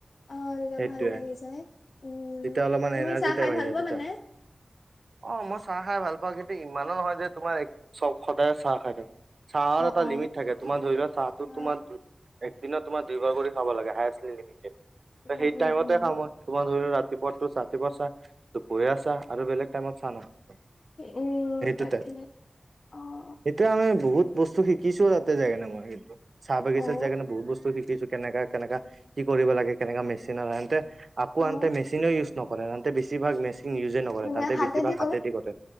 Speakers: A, on the left; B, on the right.
A: অ তেতিয়া
B: সেইটোয়ে
A: ভাল লাগি যায় উম,
B: তেতিয়া অলপমান
A: তুমি
B: এনাৰ্জি
A: চাহ
B: টাইপ
A: খাই
B: আহি
A: ভাল
B: যায়
A: পোৱা
B: তেতিয়া
A: মানে?
B: অ মই চাহ খাই ভাল পাওঁ কিন্তু ইমানো নহয় যে তোমাৰ চব সদায় চাহ খাই থাকো। চাহৰ
A: অ
B: এটা
A: অ
B: লিমিট থাকে তোমাৰ ধৰি লোৱা চাহটো
A: অ
B: তোমাৰ একদিনত তোমাৰ দুইভাৰ কৰি খাব লাগে হায়চ লিমিটেড ত
A: উম
B: সেই
A: উম
B: টাইমতে
A: উম
B: খাওঁ মই, তোমাৰ ধৰি লোৱা ৰাতিপুৱাটো ৰাতিপুৱা চাহ, দুপৰীয়া চাহ আৰু বেলেগ টাইমত চাহ নাখাওঁ।
A: উম,
B: সেইটো
A: তাকেহে
B: টাইপ
A: অঁ।
B: এতিয়া আমি বহুত বস্তু শিকিছো তাতে যায় কিনে মই কিন্তু। চাহ বাগিচাত
A: অ
B: যাই কাৰণে বহুত বস্তু শিকিছো, কেনেকা কেনেকা কি কৰিব লাগে কেনেকা মেচিনৰ ইহঁতে আকৌ
A: অ
B: আনতে মেচিনে ইউজ নকৰে, ইনতে বেছিভাগ মেচিন ইউজে নকৰে,
A: মানে
B: হেন্তে
A: হাতেদি
B: বেছিভাগ হা তে দি কৰে,